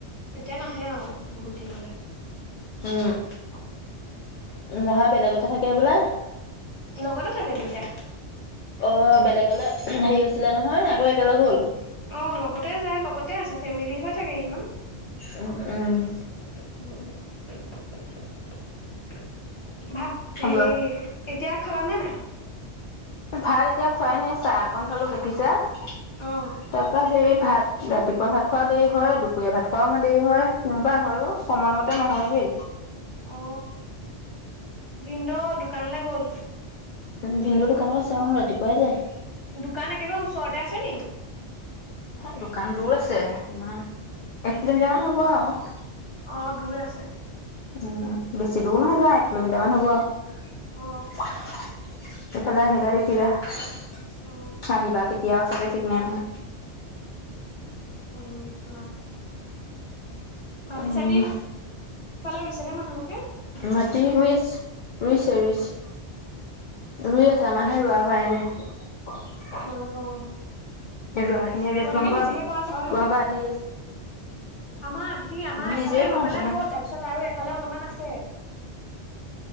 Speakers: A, on the left; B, on the left.
A: এতিয়া নাহে আও বহুত দিনলে।
B: উম মহা বেলেগতহে থাকে হবলা।
A: লগতে থাকে দুইটা।
B: অ' বেলেগলে হেৰি হৈছিলে নহয়। আকৌ একেলগ হ'ল।
A: অ' লগতে যায় লগতে আছে ফেমিলি হৈ থাকে ইহঁত।
B: উম' উম'
A: ভাত হেৰি এতিয়া খালানে
B: লোৱা
A: নাই
B: ভাত এতিয়া খুৱাই নাই চাহ অকন খালো, গাখীৰ চাহ
A: অ
B: তাৰপা সেই ভাত ৰাতিপুৱা ভাত খোৱাও দেৰি হয় দুপৰীয়া ভাত চু খোৱাও আমাৰ দেৰি হয় তেনেকোৱা হয় সময়মতে নহয়গেই।
A: অ ভিনদেও দোকানলৈ গ'ল।
B: উম ভিনডেও দোকানত আছে অ ৰাতিপুৱাই যায়।
A: দোকান একেবাৰে ওচৰতে আছে নি।
B: হে দোকান দূৰ আছে তোমাৰ এক কিলোমিটাৰ মান হ'ব আৰু
A: অ দূৰ আছে।
B: উম' বেছি দূৰ নহয় ধৰা এক কিলোমিটাৰ মান হ'ব আৰু।
A: অ
B: এইফালে আহিলে দেখিবা আহিবা।
A: অ
B: আহিবা কেতিয়াও চাগে ঠিক নাই নহয়।
A: উ হয়। মাটি
B: উম
A: চাতি সেইফালে ৰুইছে নে মানুহবোৰে।
B: মাটি ৰুই আছে। ৰুইছে, ৰুইছে ৰুই
A: অ অ
B: আছ আমাৰহে ৰোৱা হোৱাই নাই
A: তোমালোকৰ অ
B: এই ৰোৱা খিনিয়ে ৰেষ্ট
A: তোমালোকে
B: তোমালোকৰ
A: নিজেহে কৰা চোৱা হেন
B: তোমালোকৰ আধি দি আছে।
A: আমাৰ আধি আমাৰ এফালে
B: নিজে
A: ৰুই
B: কওঁ
A: পেলাই
B: অকমান।
A: হ'ল তাৰপিছত আৰু এফালে অলপমান আছে।